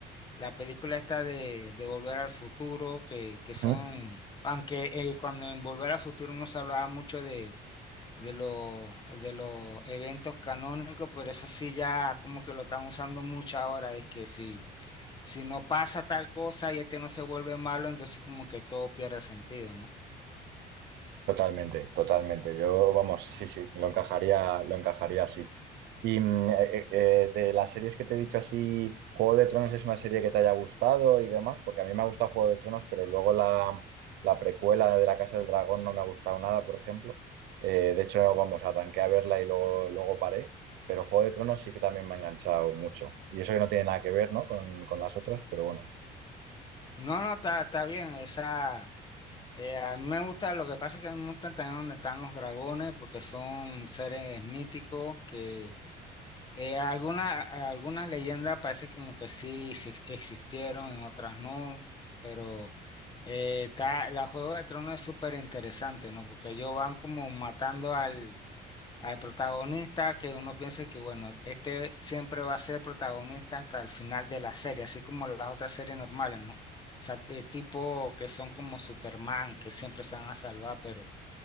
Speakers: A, on the left; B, on the right.
A: la película esta de, de Volver al Futuro, que, que son,
B: ujú.
A: aunque eh, cuando en Volver al Futuro no se hablaba mucho de de los, de los eventos canónicos, pero eso sí ya como que lo están usando mucho ahora, es que si, si no pasa tal cosa y este no se vuelve malo, entonces como que todo pierde sentido, ¿no?
B: Totalmente, totalmente. Yo, vamos, sí, sí, lo encajaría, lo encajaría así. Y mm, eh, eh, eh, de las series que te he dicho así, Juego de Tronos es una serie que te haya gustado y demás, porque a mí me ha gustado Juego de Tronos, pero luego la, la precuela de La Casa del Dragón no me ha gustado nada, por ejemplo. Eh, de hecho, vamos, arranqué a verla y luego, luego paré, pero Juego de Tronos sí que también me ha enganchado mucho. Y eso que no tiene nada que ver, ¿no? con, con las otras, pero bueno.
A: No, no, está, está bien, esa... eh, a mí me gusta, lo que pasa es que a mí me gusta también donde están los dragones, porque son seres míticos que Eh, alguna, algunas leyendas parece como que sí, sí existieron, en otras no, pero eh, está, la Juego de Tronos es súper interesante, ¿no? Porque ellos van como matando al, al protagonista, que uno piensa que, bueno, este siempre va a ser protagonista hasta el final de la serie, así como las otras series normales, ¿no? O sea, eh, tipo que son como Superman, que siempre se van a salvar, pero